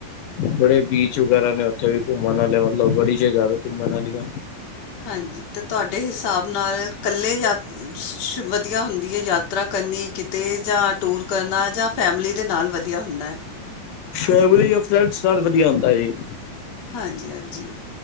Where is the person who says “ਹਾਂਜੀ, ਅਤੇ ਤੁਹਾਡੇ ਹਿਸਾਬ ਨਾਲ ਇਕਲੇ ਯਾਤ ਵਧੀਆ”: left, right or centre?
Left